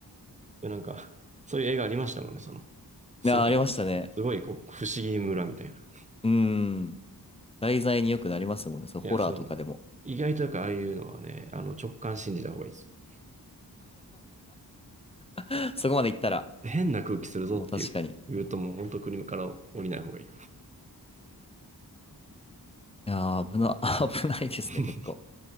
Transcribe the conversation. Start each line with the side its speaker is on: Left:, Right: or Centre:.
Right: それなんか、<laughs> そういう映画ありましたもんね、その、すごい、
Left: いや、ありましたね。
Right: すごい、こう、不思議村みたいな。
Left: うん。題材によくなりますもんね。そう、ホラーとかでも。
Right: いや、そうなんです。意外とやっぱああいうのはね、あの、直感信じた方がいいです。
Left: <laughs> そこまで行ったら、
Right: 変な空気するぞっていう、
Left: もう確かに。
Right: 言うともう本当国から降りない方がいい。
Left: いやー、危な、<laughs> 危ないですね、
Right: <laughs>
Left: 結構。